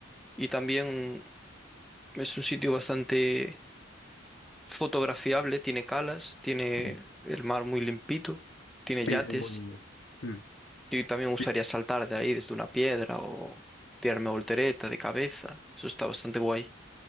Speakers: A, in the centre; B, on the left.
A: Y también es un sitio bastante fotografiable, tiene calas, tiene
B: Sí,
A: el mar muy limpito, tiene
B: sí,
A: yates.
B: sí, muy- mm,
A: Y también me
B: Sí,
A: gustaría saltar de ahí desde una piedra o tirarme voltereta de cabeza. Eso está bastante guay.